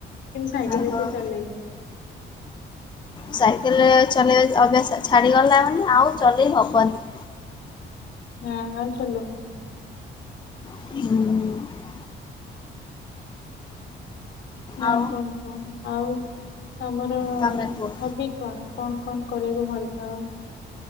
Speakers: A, on the left; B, on the left.
A: କିନ୍ତୁ ସାାଇକେଲ
B: ଓହୋ
A: ଏତେ ଚଲେଇନି।
B: ସାଇକେଲରେ ଚଲେଇ ଅଭ୍ୟାସ ସ ଛାଡ଼ିଗଲା ମାନେ ଆଉ ଚଲେଇ ହବନି।
A: ନା ଆଉ ଚଲଉନି।
B: ହୁଁ।
A: ନାଁ
B: ଆଉ
A: କଣ କୁହ ଆଉ ତମର
B: ତମେ କୁହ?
A: ହବି କଣ କଣ କଣ କରିବାକୁ ଭଲ ପାଅ।